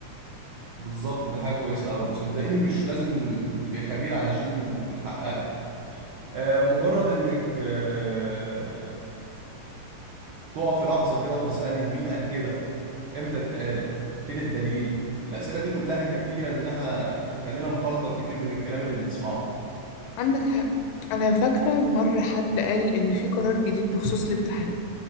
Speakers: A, on the right; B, on the left.
A: بالظبط دي حاجة كويسة أوي صدقيني مش لازم تبقي خبير علشان تتحققي آه، مجرد انك آه، تقف في لحظة كده وتسألي مين قال كده امتى اتقال فين الدليل الأسئلة دي كلها كفيلة إنها تخلينا نفلتر كتير من الكلام اللي بنسمعه
B: عندك حق انا فاكرة مرة حد قال ان في قرار جديد بخصوص الامتحانات